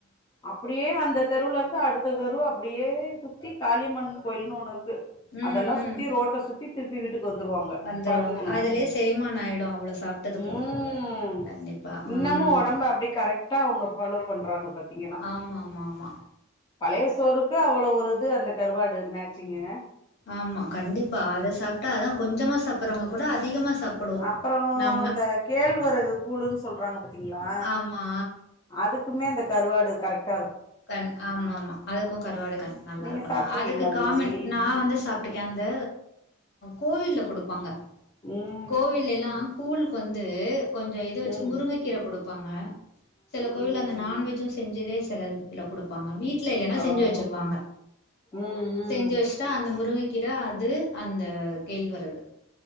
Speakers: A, on the left (about 20°); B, on the left (about 55°).
A: அப்டியே அந்த தெருவுல இருந்து அடுத்த தெருவு அப்டியே சுத்தி காளியம்மன் கோயில்னு ஒண்ணு இருக்
B: ம்
A: அதெல்லா
B: ம்
A: சுத்தி ரோட்ட சுத்தி திருப்பி வீட்டுக் கு வந்துருவாங்க
B: வந்துருவாங்க
A: பாத்துக்கொங்க
B: அதுலயே செரிமானோ ஆயிடு அவ்ளோ சாப்ட்டதுக்கு
A: ம்
B: கண்டிப்பா ம்
A: இன்னமு ஒடம்ப அப்டே கரெக்டா அவுங்க ஃபாலோ பண்றாங்க பாத்தீங்கன்னா
B: ஆமா ஆமா ஆமா
A: பழைய சோறுக்கு அவ்வளவு ஒரு இது அந்த கருவாடு மேட்சிங்கு
B: ஆமா கண்டிப்பா அத சாப்ட்டா அதா கொஞ்சமா சாப்பறவங்க கூட அதிகமா சாப்புடுவோ
A: அப்பறோ
B: நம்ம
A: இந்த கேழ்வரகு கூழுன் சொல்றாங்க பாத்தீங்ளா
B: ஆமா
A: அதுக்குமே இந்த கருவாடு கரெக்ட்
B: கண் ஆமா ஆமா அதுக்கூ கருவாடு கண் நல்லா
A: நீங்க
B: இருக்கு
A: சாப்ட்ருக்கீங்களா
B: நா அதுக்கு
A: அது
B: காமன்
A: மாரி
B: நா வந்து சாப்ட்ருக்கே அந் த கோவில்ல கொடுப்பாங்க
A: ம்
B: கோவில்ல எல்லா கூல்க்கு வந்து கொஞ்ஜ இது வச்சு
A: ம்
B: முருங்க கீர கொடுப்பாங்க செல கோவில்ல அந்த நான்வெஜும் செஞ்சதே செலது இல குடுப்பாங்க வீட்ல இல்லேன்னா
A: ஆ
B: செஞ்சு
A: ஓ
B: வச்சுப்பாங்க
A: ம் ம்
B: செஞ்சு வச்ட்டா அந்த முருங்கை கீர அது அந்த கேழ்வரகு